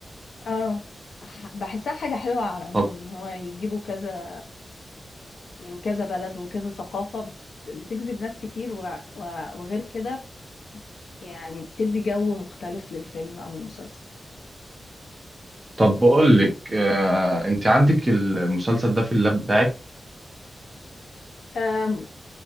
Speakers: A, on the left; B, on the right.
A: اه ح- بحسها حاجه حلوه على العموم
B: طب
A: ان هو يجيبوا كذا يعني كذا بلد وكذا ثقافة بت- بتجذب ناس كتير وغ- و- وغير كده يعني بتدي جو مختلف للفيلم أو المسلسل
B: طب بقول لك آه انت عندك المسلسل ده في اللاب بتاعك
A: أم،